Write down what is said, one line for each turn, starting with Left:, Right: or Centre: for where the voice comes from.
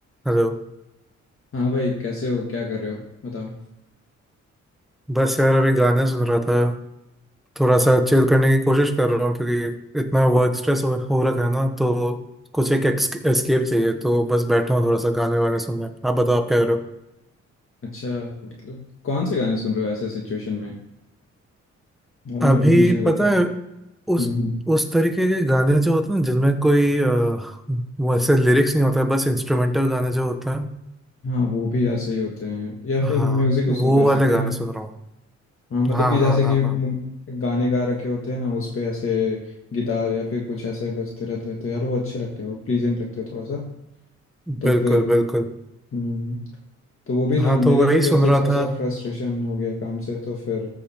Centre: Hello
Left: हाँ भाई कैसे हो क्या कर रहे हो बताओ
Centre: बस यार अभी गाने सुन रहा था थोड़ा सा चिल करने की कोशिश कर रहा हूँ क्योंकि इतना वर्क स्ट्रेस हो, हो रखा है ना तो कुछ एक एस्केप चाहिए तो बस बैठा हूँ थोड़ा सा गाने वाने सुनने आप बताओ आप क्या कर रहे हो
Left: अच्छा मतलब कौन से गाने सुन रहे हो ऐसे सिचुएशन में और मैं
Centre: अभी
Left: भी मुझे भी बताओ
Centre: पता है
Left: हम्म
Centre: उस
Left: हम्म।
Centre: उस तरीके के गाने जो होते हैं ना जिनमें कोई अ, वैसे लिरिक्स नहीं होता है बस इंस्ट्रूमेंटल गाने जो होते हैं
Left: हाँ वो भी यार सही होते हैं या
Centre: हाँ
Left: फिर म्यूजिक उसको
Centre: वो
Left: कह
Centre: वाले
Left: सकते
Centre: गाने
Left: हैं ना
Centre: सुन रहा हूँ
Left: हाँ मतलब
Centre: हाँ
Left: कि जैसे
Centre: हाँ हाँ
Left: कि मु-
Centre: हाँ
Left: गाने गा रखे होते हैं ना उस पे ऐसे गिटार या फिर कुछ ऐसे बजते रहते हैं तो यार वो अच्छे लगते हैं वो प्लीजेंट लगते हैं थोड़ा सा तो
Centre: बिल्कुल
Left: फिर
Centre: बिल्कुल
Left: हम्म तो वो भी ना
Centre: हाँ
Left: मेरे
Centre: तो वही
Left: को भी
Centre: सुन
Left: ऐसे
Centre: रहा
Left: थोड़ा सा
Centre: था
Left: फ्रस्ट्रेशन हो गया काम से तो फिर